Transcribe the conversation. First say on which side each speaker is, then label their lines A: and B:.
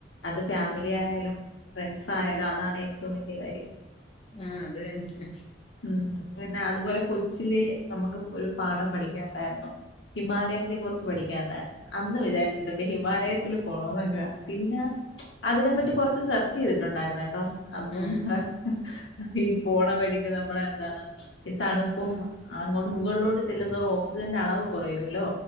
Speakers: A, on the left; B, on the left.
A: അത് ഫാമിലി ആയാലും ഫ്രണ്ട്സ് ആയാലും അതാണ് ഏറ്റവും വലിയ കാര്യം
B: ആഹ് അത് തന്നെ
A: ഉം പിന്നെ അതുപോലെ കൊച്ചില് നമുക്ക് ഒരു പാഠം പഠിക്കാൻ ഉണ്ടായിരുന്നു ഹിമാലയത്തെ കുറിച്ച് പഠികാൻ ഉണ്ടായിരുന്നു അന്ന് വിചാരിച്ചിട്ടുണ്ട് ഹിമാലയത്തിൽ പോണ നക്ക പിന്നെ അതിനെപ്പറ്റി കുറച്ച് സെർച്ച് ചെയ്തിട്ടുണ്ടായിരുന്ന കേട്ടോ അപ്പും
B: ആ.
A: <inaudible> പോണ വഴിക്ക് നമ്മള എന്താണ് ഈ തണുപ്പും അങ്ങോട്ടും മുകളിലോട്ട് ചെല്ലുന്നവർ ഓക്സിജന്റെ അളവ് കുറയുമല്ലോ